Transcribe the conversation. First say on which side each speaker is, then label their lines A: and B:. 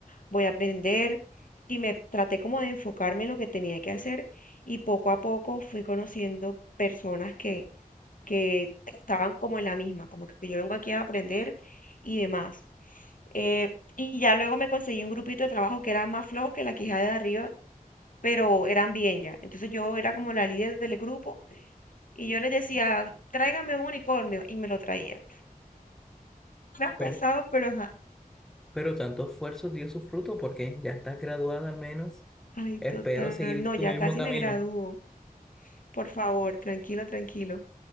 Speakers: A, on the left; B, in the centre.
A: voy a aprender y me traté como de enfocarme en lo que tenía que hacer y poco a poco fui conociendo personas que, que estaban como en la misma, como que yo vengo aquí a aprender y demás. Eh, y ya luego me conseguí un grupito de trabajo que era más flojo que la quijada de arriba, pero eran bien ya. Entonces yo era como la líder del grupo y yo les decía, tráigame un unicornio y me lo traían. Era pesado,
B: pero,
A: pero ajá.
B: pero tanto esfuerzo dio su fruto porque ya estás graduada al menos.
A: Ay,
B: Espero
A: total.
B: seguir
A: No,
B: tu
A: ya
B: mismo
A: casi
B: camino.
A: me gradúo. Por favor, tranquilo, tranquilo.